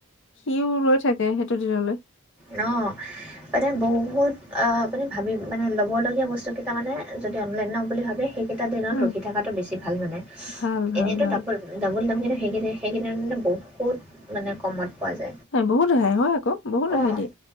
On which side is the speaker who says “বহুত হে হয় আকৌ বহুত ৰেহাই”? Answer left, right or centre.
Left